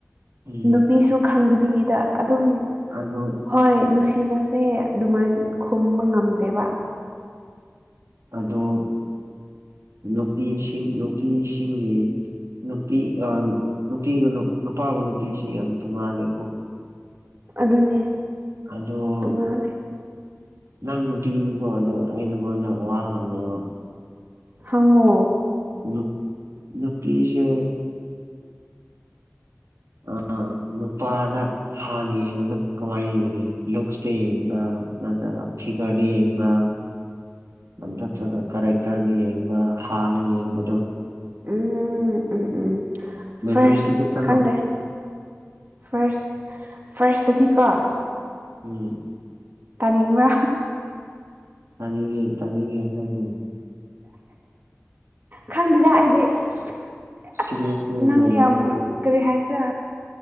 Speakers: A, on the right (about 85°); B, on the right (about 40°).
A: ꯎꯝ
B: ꯅꯨꯄꯤꯁꯨ ꯈꯪꯗꯕꯤꯗ ꯑꯗꯨꯝ
A: ꯑꯗꯣ
B: ꯍꯣꯏ ꯅꯨꯡꯁꯤꯅꯁꯦ ꯑꯗꯨꯃꯥꯏꯅ ꯈꯨꯝꯕ ꯉꯝꯗꯦꯕ
A: ꯑꯗꯣ ꯅꯨꯄꯤꯁꯤꯡ ꯅꯨꯄꯤꯁꯤꯡꯒꯤ ꯅꯨꯄꯤ ꯅꯨꯄꯤꯒ ꯅꯨꯄꯥꯒ ꯅꯨꯄꯤꯁ ꯌꯥꯝ ꯇꯣꯡꯉꯥꯜꯂꯦꯀꯣ
B: ꯑꯗꯨꯅꯦ
A: ꯑꯗꯣ
B: ꯇꯣꯉꯥꯜꯂꯦ
A: ꯅꯪ ꯅꯨꯄꯤꯅꯤꯀꯣ ꯑꯗꯣ ꯑꯩ ꯅꯉꯣꯟꯗ ꯋꯥ ꯍꯪꯉꯦꯕ
B: ꯍꯪꯉꯣ
A: ꯅꯨꯞ ꯅꯨꯄꯤꯁꯦ ꯑ ꯅꯨꯄꯥꯗ ꯍꯥꯟꯅ ꯌꯦꯡꯕꯗ ꯀꯃꯥꯏꯅ ꯌꯦꯡꯉꯤ ꯂꯨꯛꯁꯇ ꯌꯦꯡꯕ꯭ꯔꯥ ꯅꯠꯇ꯭ꯔꯒ ꯐꯤꯒꯔꯗ ꯌꯦꯡꯕ꯭ꯔꯥ ꯅꯠꯇ꯭ꯔꯒ ꯀꯔꯦꯛꯇꯔꯗ ꯌꯦꯡꯕ ꯍꯥꯟꯅ ꯌꯦꯡꯕꯗꯣ
B: ꯎꯝ ꯎꯝ ꯎꯝ
A: ꯃꯦꯖꯣꯔꯤꯇꯤꯗ
B: ꯐ꯭ꯔꯥꯁ
A: ꯆꯠꯂꯣ
B: ꯈꯪꯗꯦ ꯐꯥꯔꯁ ꯐꯥꯔꯁꯇꯗꯤꯀꯣ
A: ꯎꯝ
B: ꯇꯥꯅꯤꯡꯕ꯭ꯔꯥ
A: ꯇꯥꯅꯤꯡꯏ ꯇꯥꯅꯤꯡꯏ ꯍꯥꯏꯌꯣ
B: ꯈꯪꯗꯦꯗ ꯑꯩꯗꯤ ꯑꯁ ꯑꯁ
A: ꯁꯤꯔꯤꯌꯁꯅꯦ
B: ꯅꯪ
A: ꯀꯔꯤꯅꯣ
B: ꯌꯥꯝ ꯀꯔꯤ ꯍꯥꯏꯁꯤꯔꯥ